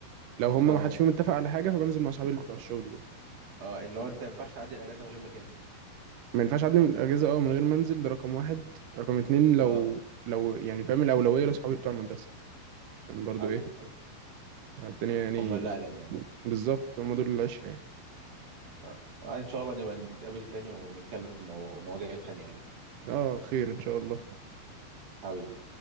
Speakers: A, on the right (about 70°); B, on the right (about 55°).
A: لو هم
B: اه
A: ما حدش فيهم اتفق على حاجة فبنزل مع صحابي اللي بتوع الشغل دول
B: اه اللي هو انت ما ينفعش تعدي الاجازه من غير ما تنزل
A: ما ينفعش أعدي من الأجازة اه من غير ما أنزل ده رقم واحد رقم اتنين لو
B: اه
A: لو يعني فاهم الأولوية لصحابي بتوع المدرسة عشان برضو
B: حبيبي
A: إيه
B: حبيبي
A: الدنيا يعني
B: هم اللي اقدم يعني
A: بالظبط هم دول العشرة يعني
B: اه آه، ان شاء الله نبقى نتقابل تاني ونتكلم في الموضوع- مواضيع تانية يعني
A: اه خير إن شاء الله
B: حبيبي